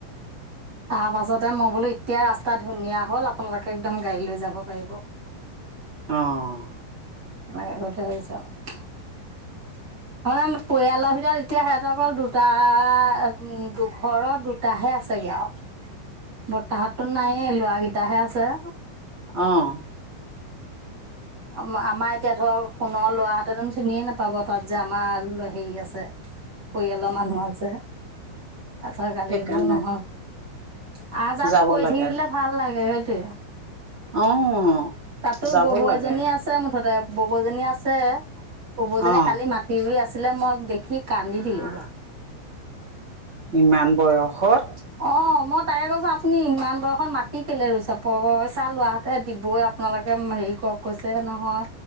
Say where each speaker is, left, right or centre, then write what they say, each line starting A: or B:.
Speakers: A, on the right; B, on the right.
A: তাৰ পাছতে মই বোলো এতিয়া ৰাস্তা ধুনীয়া হ'ল আপোনালোকে একদম গাড়ী লৈ যাব পাৰিব।
B: অ'
A: এনেকে কৈ থৈ আহিছোঁ। মানে পৰিয়ালৰ ভিতৰত এতিয়া সিহঁতৰ অকল দুটা দুঘৰত দুটাহে আছেগে আৰু বৰ্তাহঁতটো নাই এই, ল'ৰা কেইটাহে আছে।
B: অ'
A: অ' আমাৰ এতিয়া ধৰ সোণৰ ল'ৰাহতে চোন চিনিয়ে নাপাব তাত যে আমাৰ হেৰি আছে। পৰিয়ালৰ মানুহ আছে। আজিকালি
B: সেইকাৰণে
A: এইবোলো নহয়। আহ যাহটো
B: যাব
A: কৰি
B: লাগে
A: থাকিলে ভাল লাগে সেইটোৱে।
B: অ',
A: তাতো
B: যাব
A: ববৌ
B: লাগে।
A: এজনী আছে মুঠতে ববজনী আছে, ববজনীয়ে
B: অঁ
A: কালি মা টিভি আছিলে মই দেখি কান্দি দিলোঁগে।
B: ইমান বয়সত
A: অ' মই তাকে কৈছোঁ, আপুনি ইমান বয়সত মাটি কেলে ৰুইছে প পইচা লোৱা হতে দিবই আপোনালোকে হেৰি কৰক, কৈছে নহয়।